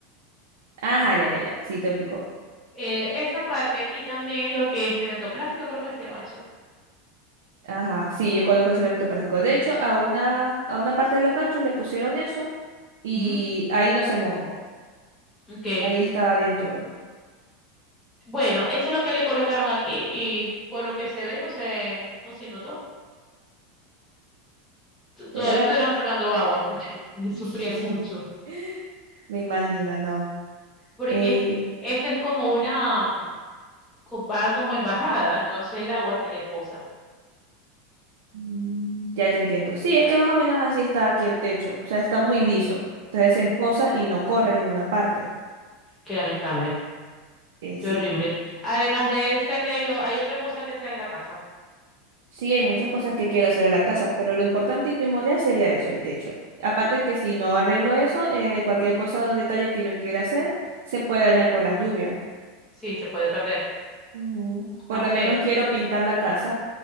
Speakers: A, on the right (about 80°); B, in the centre.
A: Ajá, ya, ya, ya. Sí, te ubico.
B: eh, esa parte y también lo que es cemento plástico creo que se llama eso.
A: Ajá. Sí, yo conozco ese elemento plástico. De hecho, a una, a una parte de los ganchos le pusieron eso y
B: Ujú.
A: ahí no se mojó.
B: Okay.
A: Ahí estaba bien todo.
B: Bueno, eso es lo que le colocaron aquí y por lo que se ve no se, no se inundó. T- Todavía
A: ¿Será?
B: estuvieran sacando agua. <laughs> Y Sufrían
A: <laughs>
B: mucho.
A: Me imagino, no.
B: Porque
A: Eh,
B: es que esto es como una, mm, co- va como embajada, entonces el agua se le empoza.
A: mm, ya te entiendo. Sí, es que más o menos así está aquí el techo. O sea, está muy liso. Entonces
B: Ujú.
A: se empoza y no corre en ninguna parte.
B: Qué lamentable.
A: Eh,
B: Qué
A: sí.
B: horrible. Además de ese arreglo, hay otra cosa que sea en la casa.
A: Sí, hay muchas cosas que quiero hacer en la casa, pero lo importante y primordial sería eso, el techo. Aparte que si no arreglo eso, eh, cualquier cosa o detalle que yo quiera hacer se puede dañar por las lluvias.
B: Sí, se puede perder.
A: Ujú. Por
B: Así
A: lo menos
B: es.
A: quiero pintar la casa.